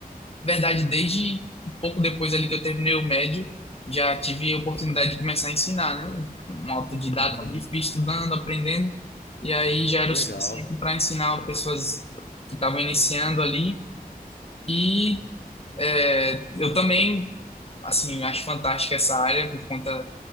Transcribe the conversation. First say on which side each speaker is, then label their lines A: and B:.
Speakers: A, on the left; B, on the left.
A: Na verdade, desde um pouco depois ali que eu terminei o médio, já tive a oportunidade de começar a ensinar, né? Um autodidata
B: Uhum.
A: ali, fui estudando, aprendendo, e aí já era
B: Que
A: o
B: legal.
A: suficiente para ensinar pessoas que estavam iniciando ali. E é, eu também, assim, acho fantástica essa área por conta